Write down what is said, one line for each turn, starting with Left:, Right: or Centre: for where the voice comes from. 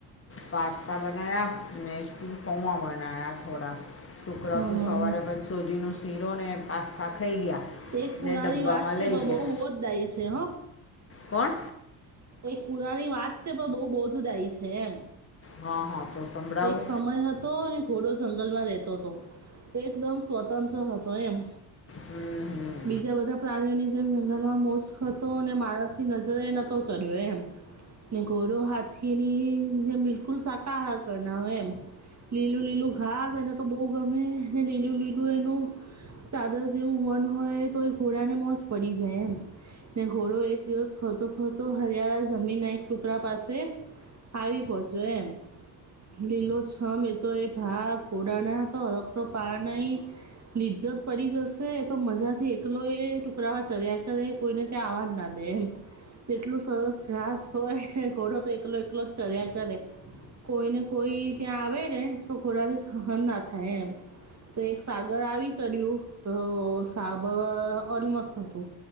Left: પાસ્તા બનાવ્યા અને પૌવા બનાવ્યા થોડા છોકરાઓ
Right: હમ
Left: તો
Right: હમ
Left: સવારે
Right: હમ.
Left: સોજીનો શીરો ને પાસ્તા ખાઈ ગયા
Right: એક પુરાની
Left: ને ડબ્બામાં
Right: વાત છે
Left: લઈ
Right: પણ
Left: ગયા
Right: બહુ બોધદાયી છે હા
Left: કોણ
Right: એક પુરાની વાત છે પણ બહુ બોધદાયી છે એમ
Left: હા હા તો સંભળાવો
Right: એક સમય હતો અને ઘોડો જંગલમાં રહેતો હતો. એકદમ સ્વતંત્ર હતો એમ
Left: હમ્મ
Right: બીજા બધા પ્રાણીઓની જેમ જંગલમાં મોસ્ક હતો અને માણસની નજરે નહોતો ચડ્યો એમ ને ઘોડો હાથીની બિલકુલ શાકાહાર કર ના હોય એમ લીલું લીલું ઘાસ એને તો બહુ ગમે લીલું લીલું એનું ચાદર જેવું વન હોય તો એ ઘોડાને મોજ પડી જાય એમ ને ઘોડો એક દિવસ ફરતો ફરતો હરિયાળા જમીનના એક ટુકડા પાસે આવી પહોચો એમ લીલો છમ એતો એ ભાગ ઘોડાના તો હરખ નો પાર નહી. લિજ્જત પડી જશે તો મજા થી એકલો એ ટુકડાવા ચર્યા કરે કોઈને ત્યાં આવવાજ ના દે એમ એટલું સરસ ઘાસ હોય ને ઘોડો તો એકલો એકલો ચર્યા કરે કોઈને કોઈ ત્યાં આવે ને તો ઘોડાથી સહન ના થાય એમ તો એક સાગર આવી ચડ્યું તો સાગર અલમસ્ત હતું.